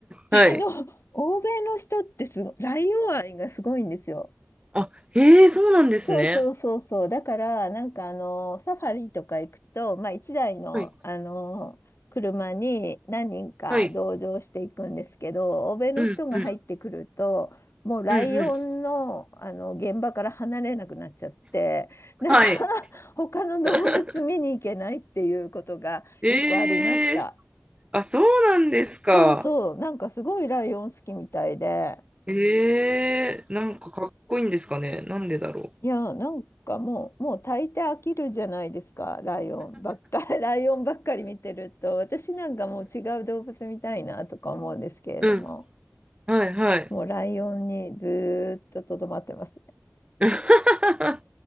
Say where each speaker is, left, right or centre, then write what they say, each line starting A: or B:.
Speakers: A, on the left; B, on the right.
A: <laughs>
B: はい。
A: あの、欧米の人ってすご、ライオン愛がすごいんですよ。
B: あ、へえ、そうなんですね。
A: そうそうそうそう。だから、なんかあの、サファリとか行くと、まあ一台の、
B: はい。
A: あの、車に何人か同乗していくんですけど、
B: はい。
A: 欧米の人が入ってくると、
B: うん、うん、
A: もうライオンの、
B: うん、うん。
A: あの現場から離れなくなっちゃって、なんか
B: はい。
A: <laughs> 他の動物見に行けないっていうことがよくありました。
B: <laughs> ええ、あ、そうなんですか。
A: そうそう、なんかすごいライオン好きみたいで。
B: ええ、なんかかっこいいんですかね。なんでだろ
A: いや、なんかもう、もう大抵飽きるじゃないですか、ライオンばっかり、<laughs> ライオンばっかり見てると、私なんかもう違う動物見たいなとか思うんですけれども、
B: う。うん。はい、はい。
A: もうライオンにずーっととどまってますね。
B: <laughs>